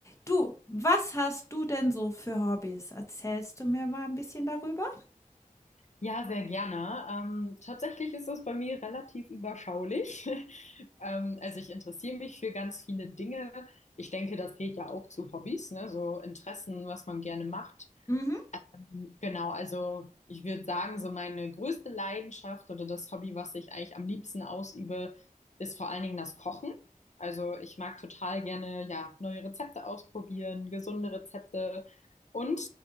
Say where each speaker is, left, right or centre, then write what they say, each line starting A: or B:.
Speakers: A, on the left; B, on the left.
A: Du, was hast du denn so für Hobbys? Erzählst du mir mal ein bisschen darüber?
B: Ja, sehr gerne. Ähm, tatsächlich ist das bei mir relativ überschaulich. <laughs> Ähm, also ich interessiere mich für ganz viele Dinge. Ich denke, das zählt ja auch zu Hobbys, ne? So Interessen, was man gerne macht.
A: Mhm.
B: Ähm, Genau, also ich würde sagen, so meine größte Leidenschaft oder das Hobby, was ich eigentlich am liebsten ausübe, ist vor allen Dingen das Kochen. Also ich mag total gerne, ja, neue Rezepte ausprobieren, gesunde Rezepte und